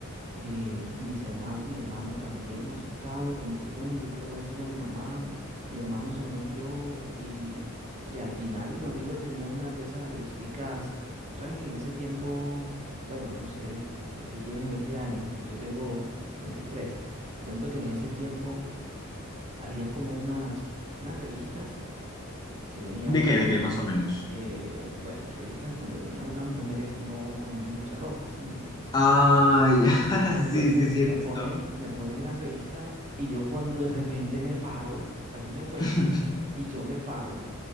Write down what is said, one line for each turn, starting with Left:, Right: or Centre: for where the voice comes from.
Right: eh, mis herma- mi hermano también asustado, como que bueno, ¿yo qué le voy a decir a mi mamá? Mi hermano se murió y, y al final un amigo tenía una de esas revisticas, sabes que en ese tiempo, bueno, no sé, eh, tú tienes 20 años, yo tengo 33. Te Cuento que en ese tiempo habían como unas, unas revistas que venían,
Left: ¿De qué?
Right: pues,
Left: ¿De qué, más o menos?
Right: eh, bueno, revistas donde venían unas mujeres no con mucha ropa, ¿sí me entiendes?
Left: Ah, ya, <laughs>
Right: Entonces
Left: sí, sí, sí,
Right: me
Left: he visto.
Right: ponen, me ponen la revista y yo cuando de repente me paro, así me cuentan,
Left: <laughs>
Right: y yo me paro